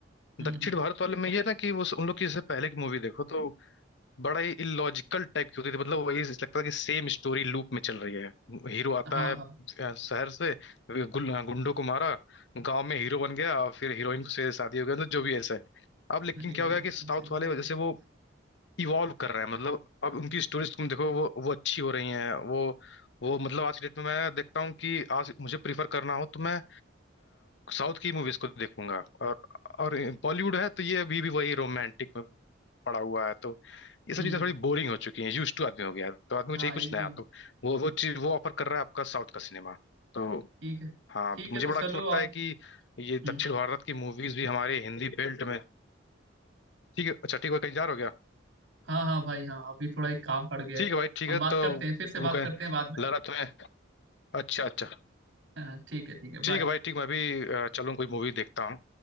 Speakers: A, on the right (about 75°); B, on the left (about 65°).
A: हम्म
B: दक्षिण
A: हम्म
B: भारत वाले में ये ना कि वो उन लोग की जैसे पहले की मूवी देखो तो बड़ा ही इलॉजिकल टाइप की होती थी मतलब वही लगता था कि सेम स्टोरी लूप में चल रही है हीरो आता
A: हाँ
B: है
A: हाँ
B: अ, शहर से गुल- हाँ, गुंडों को मारा गांव में हीरो बन गया और फिर हीरोइन को से शादी हो गया मतलब जो भी ऐसा है अब लेकिन
A: एकदम
B: क्या हो गया
A: एकदम
B: कि साउथ
A: सही बोल
B: वाले वजह
A: रहे
B: से
A: हैं
B: वो
A: आप।
B: इवॉल्व कर रहे हैं मतलब अब उनकी स्टोरीज तुम देखो वो वो अच्छी हो रही हैं वो वो मतलब आज की डेट में मैं देखता हूँ कि आज मुझे प्रीफर करना हो तो मैं साउथ की मूवीज को देखूंगा और और बॉलीवुड है तो ये अभी भी वही रोमांटिक में पड़ा हुआ है तो ये सब
A: हम्म
B: चीजें थोड़ी बोरिंग हो चुकी हैं यूज टू आदमी हो गया है। तो आदमी को
A: हाँ
B: चाहिए कुछ
A: एकदम
B: नया तो वो वो चीज वो ऑफर कर रहा है आपका साउथ का सिनेमा तो
A: ठीक है
B: हाँ
A: ठीक
B: तो मुझे
A: है तो
B: बड़ा
A: चलो
B: अच्छा लगता
A: आप
B: है कि ये
A: हम्म
B: दक्षिण भारत की मूवीज भी हमारे हिंदी बेल्ट में ठीक है अच्छा ठीक है कहीं जा रहे हो गया
A: हाँ हाँ भाई हाँ अभी थोड़ा एक काम पड़ गया
B: ठीक
A: है
B: है भाई ठीक
A: हम
B: है
A: बात
B: तो
A: करते हैं फिर से
B: तुम
A: बात
B: कहें
A: करते हैं बाद में
B: लग रहा है तुम्हें अच्छा अच्छा
A: हाँ ठीक है ठीक है
B: ठीक
A: बाय
B: है भाई ठीक मैं भी अ, चलूं कोई मूवी देखता हूँ